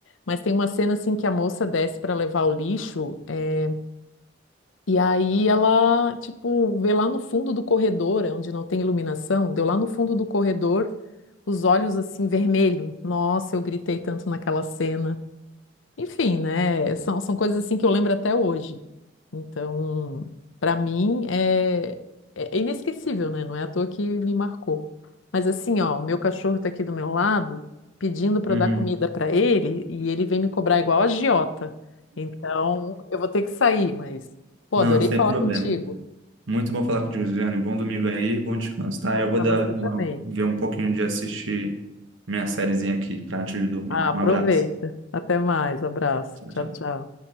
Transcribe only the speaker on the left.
Mas tem uma cena assim que a moça desce para levar o lixo. eh, e aí ela, tipo, vê lá no fundo do corredor, é onde não tem iluminação, deu lá no fundo do corredor, os olhos assim, vermelho. Nossa, eu gritei tanto naquela cena. Enfim, né? São, são coisas assim que eu lembro até hoje. Então, para mim é, é é inesquecível, né? Não é à toa que me marcou. Mas assim, ó, o meu cachorro tá aqui do meu lado, pedindo para
eu dar comida para ele, e ele vem me cobrar igual a agiota. Então, eu vou ter que sair, mas pô,
adorei
falar
contigo.
Pra
você
também.
Ah, aproveita.
Até mais. Abraço.
Tchau,
tchau.